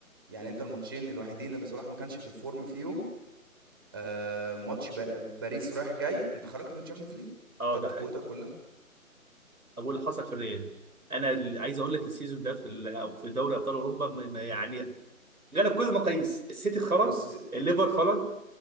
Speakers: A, on the right; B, on the right.
A: يعني انت الماتشين الوحيدين اللي صلاح ما كانش في الفورم فيهم آه ماتش با- باريس رايح جاي انت خرجت من الشامبيونز ليج
B: اه
A: فقدت
B: ده
A: قوتك
B: حقيقي
A: كلها
B: اقول اللي حصل في الريال انا اللي عايز اقول لك السيزون ده في ال- أو في دوري ابطال اوروبا ما- ما يعني غلب كل المقاييس السيتي خرج
A: بص
B: الليفر خرج